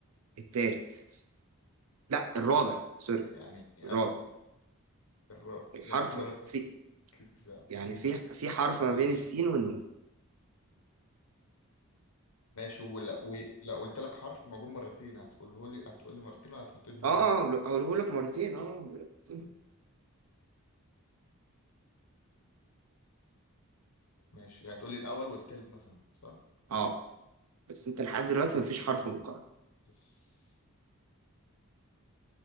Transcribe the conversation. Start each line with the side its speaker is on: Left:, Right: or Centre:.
Right: الثالث لا الرابع سوري
Left: يعني اس
Right: الرابع
Left: الر...
Right: الحرف
Left: يا عم
Right: في
Left: ركز يا عم.
Right: يعني في في حرف ما
Left: ماشي
Right: بين السين والنون
Left: ماشي ولا و... لا قلت لك حرف موجود مرتين هتقوله لي هتقول لي مرتين ولا هتحط لي في مره
Right: اه
Left: واحده
Right: اه هقوله لك مرتين اه هقوله لك مرتين.
Left: ماشي يعني هتقول لي الاول والتالت مثلا صح
Right: اه بس انت لحد دلوقتي مفيش حرف مكرر
Left: اس